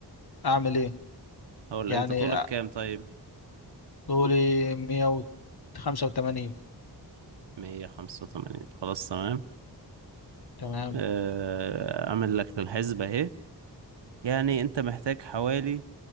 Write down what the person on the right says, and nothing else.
هقول
لك انت طولك كام طيب
185 خلاص تمام
آه، اعمل لك الحسبه اهي يعني انت محتاج حوالي